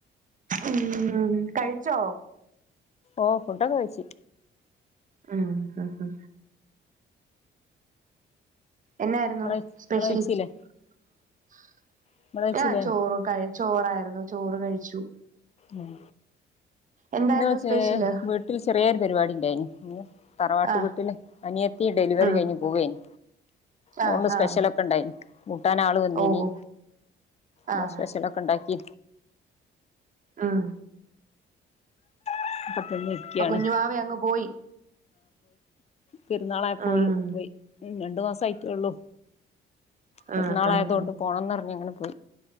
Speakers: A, on the right; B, on the left.
A: ഉം കഴിച്ചോ
B: ഓ ഫുഡൊക്കെ കഴിച്ച്
A: ആ ആ എന്നായിരുന്നു
B: ഇങ്ങള്
A: സ്പെഷ്യൽ
B: ഇങ്ങള് കഴിച്ചില്ലേ
A: <inaudible>
B: ഇങ്ങള് കഴിച്ചില്ലേ
A: ഞാൻ ചോറ് കഴി ചോറായിരുന്നു ചോറ് കഴിച്ചു
B: ഉം
A: എന്തായിരുന്നു
B: ന്ന് വെച്ചേ
A: സ്പെഷ്യല്
B: വീട്ടിൽ ചെറിയൊരു പരിപാടി ണ്ടായ്ന് <unintelligible> തറവാട്ടു
A: ആഹ്
B: വീട്ടില് അനിയത്തി ഡെലിവറി
A: ഉം
B: കയ്ഞ്ഞ് പോവേന് അഓണ്ട്
A: ആഹ്
B: സ്പെഷ്യലൊക്കെണ്ടായിനി
A: ആഹ്
B: കൂട്ടാൻ ആള് വന്നീനി
A: ഓഹോ ആഹ്
B: പ്പൊ സ്പെഷ്യലൊക്കെ ണ്ടാക്കി
A: ഉം
B: <inaudible> ഇരിക്കയാണ്
A: പ്പൊ കുഞ്ഞുവാവ അങ്ങ് പോയി
B: പെരുന്നാളായപ്പോല്
A: ഉം
B: പോയി ന് രണ്ട് മാസായിട്ടൊള്ളു പെരുന്നാളായതോണ്ട്
A: ആഹ് ആഹ്
B: പോണംന്ന് പറഞ്ഞീനു <inaudible>